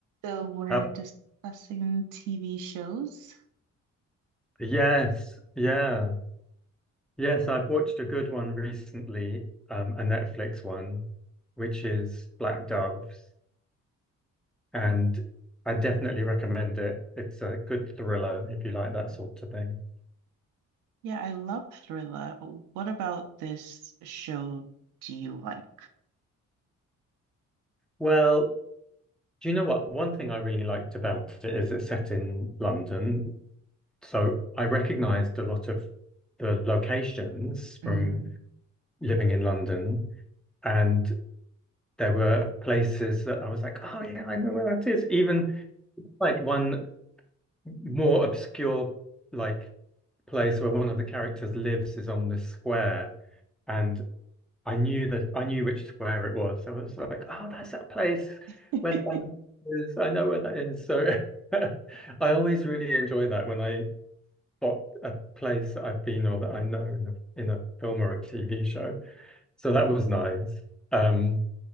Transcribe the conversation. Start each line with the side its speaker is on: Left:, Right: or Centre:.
Right: So we're
Centre: Uh,
Right: discussing TV shows.
Centre: yes, yeah, yes. I've watched a good one recently, um, a Netflix one, which is Black Doves, and I definitely recommend it. It's a good thriller if you like that sort of thing.
Right: Yeah, I love Thriller. What about this show do you like?
Centre: Well, do you know what? One thing I really liked about it is it's set in London, so I recognized a lot of the locations
Right: Mm.
Centre: from living in London, and there were places that I was like, oh yeah, I know where that is. Even like one more obscure like place where one of the characters lives is on this square and I knew that I knew which square it was. I was like, oh, that's that place
Right: <laughs>
Centre: where the band is. I know where that is. So <laughs> I always really enjoy that when I spot a place that I've been or that I know in a in a film or a TV show. So that was nice. Um,